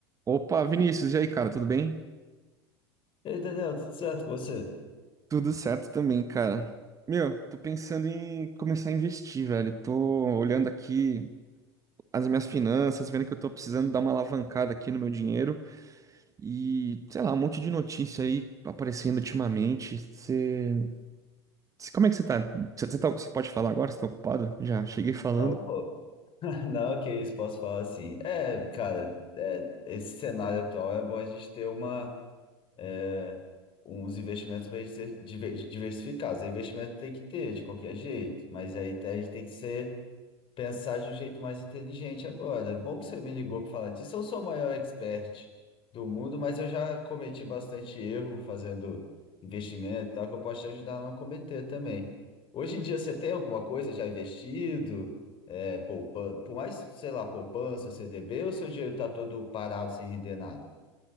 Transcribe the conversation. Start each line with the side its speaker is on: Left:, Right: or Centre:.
Right: Opa, Vinícius, e aí, cara, tudo bem?
Left: Entendeu, tudo certo com você?
Right: Tudo certo também, cara. Meu, tô pensando em começar a investir, velho. Tô olhando aqui as minhas finanças, vendo que eu tô precisando dar uma alavancada aqui no meu dinheiro e, sei lá, um monte de notícia aí aparecendo ultimamente. Você, como é que você tá? Você tá... Você pode falar agora? Você tá ocupado? Já cheguei falando.
Left: Não, pô. <laughs> Não, que isso, posso falar assim. É, cara, é, esse cenário atual é bom a gente ter uma, é, uns investimentos bem diver- diver- diversificados. O investimento tem que ter, de qualquer jeito, mas aí a gente tem que ser pensar de um jeito mais inteligente agora. É bom que você me ligou para falar disso. Eu sou o maior expert do mundo, mas eu já cometi bastante erro fazendo investimento e tal, que eu posso te ajudar a não cometer também. Hoje em dia você tem alguma coisa já investido? É, poupan- por mais, sei lá, poupança, CDB, ou seu dinheiro está todo parado sem render nada?